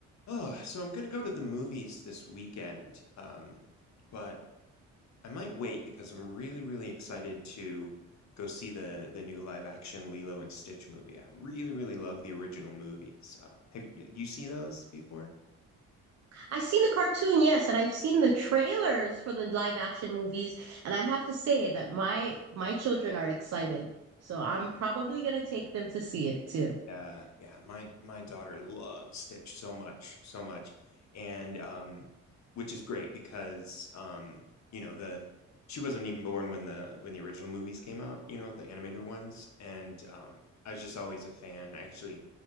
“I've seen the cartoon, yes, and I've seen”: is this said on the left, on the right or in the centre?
Right